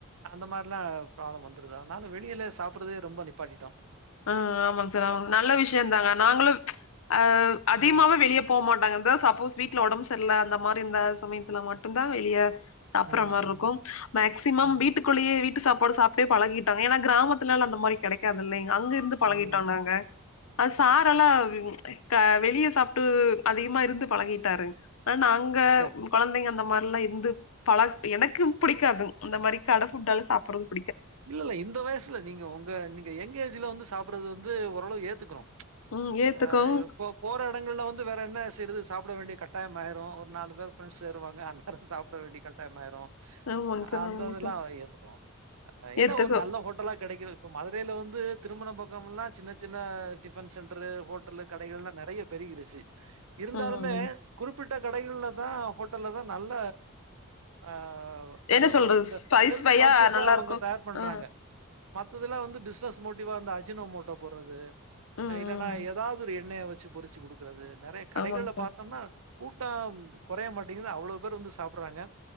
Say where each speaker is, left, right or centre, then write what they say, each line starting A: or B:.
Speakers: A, on the right (about 70°); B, on the left (about 65°).
A: அந்த மார்லா ப்ராப்ளம் வந்துருது அதனால வெளியிலே சாப்புட்றதே ரொம்ப நிப்பாட்டிட்டோ
B: ஆ ஆமாங் சார் ஆமா நல்ல விஷ்யந்தாங்க நாங்களு அ அதிகமாவே
A: ஆ.
B: வெளிய போ மாட்டாங்க ப்டிதா சப்போஸ் வீட்ல ஒடம்பு சர்ல அந்த மாரி இருந்த சமயத்துல மட்டுந்தா வெளிய சாப்ட்ற
A: ம்,
B: மார்ருக்கு
A: ம்,
B: மேக்சிமம்
A: ம்,
B: வீட்டுக்குள்ளயே வீட்டு சாப் பாடு சாப்டே பழகிட்டோ ஏனா கிராமத்துலலா அந்த மாரி கெடைக்காதுல்லைங்க அங்குருந்து
A: ம்.
B: பழகிட்டோ நாங்க அது சாரெல்லா வ் க வெளிய சாப்டு அதிகமா இருந்து பலகிட்டாரு அ நாங்க
A: சரி.
B: கொழந்தைங்க அந்த மார் லா இருந்து பழக் எனக்கு புடிக்காதுங் இந்த மாரி கட ஃபுட்டெல்லா சாபட்றதுக்கு
A: இல்ல இல்ல இந்த வயசுல நீங்க ஓங்க நீங்க எங்க ஏஜ்ல வந்து சாப்றது வந்து ஓரளவு ஏத்துக்குறோ
B: ம் ஏத்துக்கவு
A: ஆ இப்போ போற எடங்கள்ல வந்து வேற என்ன செய்றது சாப்ட வேண்டிய கட்டாயமாயிரு ஒரு நாலு பேரு ஃப்ரெண்ட்ஸ் சேருவாங்க அந்நேர சாப்ட வேண்டிய கட்டாயமாயிரு
B: ஆமாங் சார்
A: அந்த
B: ஆமாங்
A: இதுலா
B: சார்
A: ஏத்துக்குறோ என்ன
B: ஏத்துக்கு
A: ஒரு நல்ல ஹோட்டலா கெடைக்கிறதுக்கு மதுரைல வந்து திருமுன பக்கம்முலா சின்ன சின்ன டிஃபென் சென்ட்ரு ஹோட்டலு கடைகள்லா நெறையா பெருகிருச்சு இருந்தாலுமே
B: ம் ம்
A: குறிப்பிட் ட கடைகள்லதா ஹோட்டல்லதா நல்ல ஆ ஓ
B: என்ன
A: அந்த மாரி
B: சொல்றது
A: வந்த
B: ஸ்பை
A: ஹெல்த்து
B: ஸ்பையா
A: கான்ஷியஸா
B: நல்லா
A: அவங்க
B: இருக்கும்
A: தயார் பண்றாங்க
B: ஆ
A: மத்ததெல்லா வந்து பிஸ்னஸ் மோட்டிவா இந்த அஜினோமோட்டோ போட்றது
B: ம்,
A: அ இல்லன்னா
B: ம்.
A: எதாவ்து ஒரு எண்ணெய வச் சு பொரிச்சு குடுக்கிறது நெறைய கடைகள்ல
B: ஆமாங்க சார்
A: பாத்தம்னா கூட்டம் கொறைய மாட்டிங்குதுனு அவ்ளோ பேரு வந்து சாப்ட்றாங்க